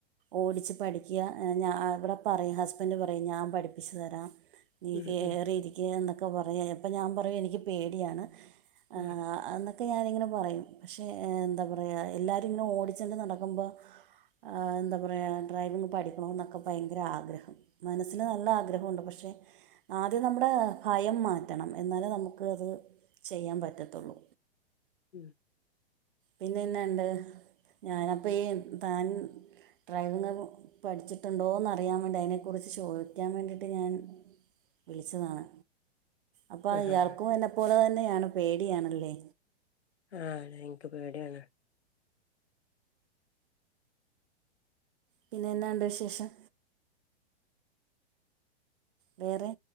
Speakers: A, on the right; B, on the left.
A: ഓടിച്ചച്ച് പഠിക്കുക ഞ ഇവിടെ പറയും ഹസ്ബൻഡ് പറയും ഞാൻ പഠിപ്പിച്ചു തരാം. നീ
B: ഉം
A: കയറി
B: ഉം
A: ഇരിക്കുക എന്നൊക്കെ പറയാ ഇപ്പം ഞാൻ പറയയും എനിക്ക് പേടിയാണ്. ആഎന്നൊക്കെ
B: ഉം
A: ഞാനിങ്ങനെ പറയും പക്ഷെ എന്താ പറയും പക്ഷേ.. അയാ എല്ലാരും ഇങ്ങനെ ഓടിച്ചണ്ട് നടക്കുമ്പോ. അഎന്താ പറയാം ഡ്രൈവിങ് പഠിക്കണ എന്നൊക്കെ ഭയങ്കര ആഗ്രഹം മനസ്സിന് നല്ല ആഗ്രഹം ഉണ്ട് ആഗ്രഹമുണ്ട് പക്ഷെ. ആദ്യം നമ്മുടെ ഭയം മാറ്റണം എന്നാൽ നമുക്ക് അത്. ചെയ്യാൻ പറ്റത്തുള്ളൂ
B: ഉം
A: പിന്നെന്നണ്ട് ഞാന അപ്പൊ ഈ താൻ ഡ്രൈവിങ് പഠിച്ചിട്ടുണ്ടോന്ന് അറിയാൻ വേണ്ടി അതിനെക്കുറിച്ച് ചോദിക്കാൻ വേണ്ടിയിട്ട് ഞാൻ. വിളിച്ചതാണ് അപ്പൊ
B: ആഹ്
A: ഇയാൾക്കും
B: ആഹ്
A: എന്നെ പോലെ തന്നെയാണ് പേടിയണല്ലേ
B: ആഹ് അതെ ഇൻക്ക് പേട്യാണ്
A: പിന്നെന്നാണ്ട് വിശേഷം? വേറെ